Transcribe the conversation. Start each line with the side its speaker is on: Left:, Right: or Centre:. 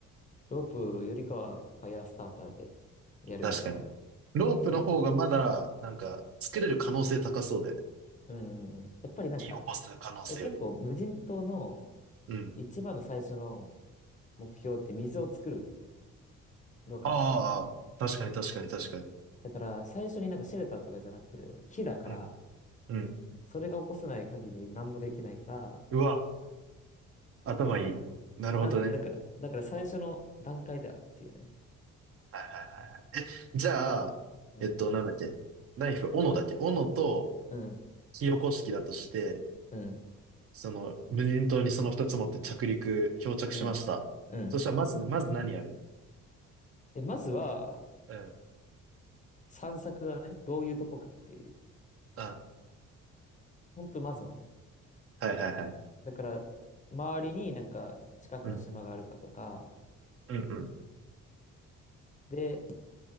Left: ロープよりかはファイヤースターターでやるみたいな。
Right: 確かに。ロープの方がまだ、
Left: そん、
Right: なんか、作れる可能性高そうだよね。
Left: うん、やっぱりなんか、
Right: 火起こす可能性より。
Left: 結構無人島の
Right: うん。
Left: 一番の最初の目標って水を作る。ろ過して。
Right: ああ、確かに確かに確かに。
Left: だから、最初になんかシェルターとかじゃなく、火だから、
Right: うん。うん。
Left: それが起こさない限り何もできないから、
Right: うわ、頭いい。なるほどね。
Left: なん、だから、だから最初の段階だっていうね。
Right: はいはいはいはい。え、じゃあ、
Left: うん、
Right: えっと、なんだっけ。ナイフ、斧だっけ。斧と
Left: うん、
Right: 火起こし器だとして、
Left: うん、
Right: その、無人島にその二つ持って着陸、漂着しました。
Left: うん、うん。
Right: そしたら、まず、まず何やる
Left: で、まずは、
Right: うん。
Left: 散策だね。どういうとこかっていう。
Right: うん。は
Left: ほんと、まずはね。
Right: いはいはい。
Left: だから、周りになんか近くの島があるかとか、
Right: うん。うんうん。
Left: で、